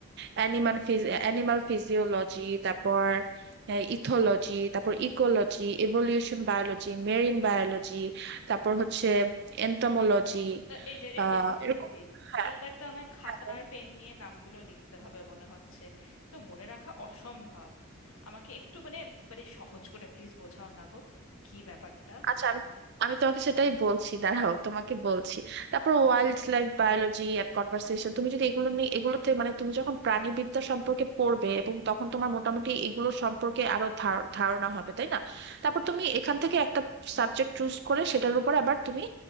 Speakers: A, on the right; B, on the left.
A: অ্যানিমাল ফিজ অ্যানিমাল ফিজিওলজি তারপর ইথোলজি তারপর ecology evolution biology marine biology তারপর হচ্ছে এন্টোমোলজি
B: আ, এই যে এই
A: আহ
B: যে দিদি
A: এরকম
B: দিদি
A: হ্যাঁ
B: এইবার তো আমার খাতা
A: হ্যাঁ
B: আর পেন নিয়ে নামগুলো লিখতে হবে মনে হচ্ছে তো মনে রাখা অসম্ভব আমাকে একটু মানে মানে সহজ করে প্লিজ বোঝাও না গো কি ব্যাপারটা
A: আচ্ছা আমি আমি তোমাকে সেটাই বলছি দাঁড়াও তোমাকে বলছি তারপর wildlife biology and conversation তুমি যদি এগুলো নিয়ে এগুলোতে মানে তুমি যখন প্রাণীবিদ্যা সম্পর্কে পড়বে এবং তখন তোমার মোটামুটি এগুলো সম্পর্কে আরো ধার- ধারণা হবে তাই না তারপর তুমি এখান থেকে একটা সাবজেক্ট চুজ করে সেটার উপর আবার তুমি